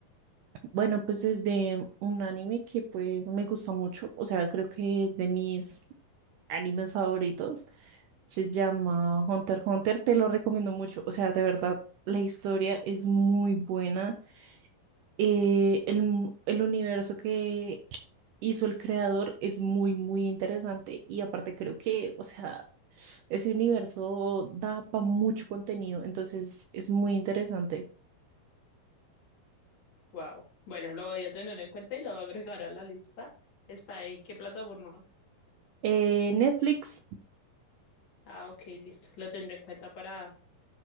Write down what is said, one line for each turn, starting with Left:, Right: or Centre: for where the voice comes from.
Right: Bueno, pues es de un anime que pues me gusta mucho, o sea, creo que es de mis animes favoritos. Se llama Hunter x Hunter, te lo recomiendo mucho, o sea, de verdad, la historia es muy buena. Eh, el, el universo que hizo el creador es muy, muy interesante y aparte creo que, o sea, ese universo da para mucho contenido, entonces es muy interesante.
Left: Wow. Bueno, lo voy a tener en cuenta y lo voy a agregar a la lista. ¿Está en qué plataforma?
Right: Eh, Netflix.
Left: Ah, ok, listo. Lo tendré en cuenta para,